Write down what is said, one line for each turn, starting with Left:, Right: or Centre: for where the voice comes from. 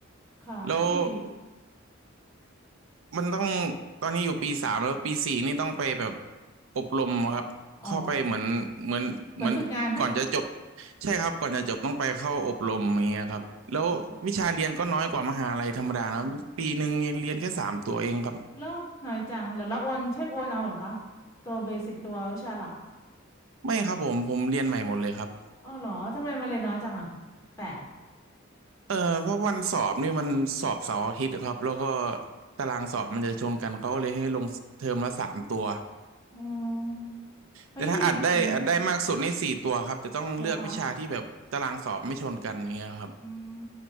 Left: ค่ะก็ดี
Right: แล้ว มันต้องตอนนี้อยู่ปีสามแล้วปีสี่นี่ต้องไปแบบอบรมครับเข้าไปเหมือนเหมือนเหมือนก่อนจะจบ
Left: อ๋อเหมือนฝึกงานไหม
Right: ใช่ครับก่อนจะจบต้องไปเข้าอบรมอย่างเงี้ยครับแล้ววิชาเรียนก็น้อยกว่ามหาลัยธรรมดานะปีหนึ่งเนี่ยเรียนแค่สามตัวเองครับ
Left: อ๋อเหรอหน่อยจังแล้วเราโอนเทปโอนเอาเหรอคะตัวเบสิกตัววิชาหลัก
Right: ไม่ครับผมผมเรียนใหม่หมดเลยครับ
Left: อ้าวเหรอทำไมมันเลยนน้อยจังอะแปลก
Right: เออเพราะวันสอบนี่มันสอบเสาร์อาทิตย์ครับแล้วก็ตารางสอบมันจะชนกันเขาก็เลยให้ลงเทอมละสามตัว
Left: อ๋อเฮ้ยกี่ปีกันนี้
Right: แต่ถ้าอัดได้อัดได้มากสุดนี่สี่ตัวครับจะต้องเลือกวิชาที่แบบตารางสอบไม่ชนกันเงี้ยครับ
Left: เหรอคะ อืม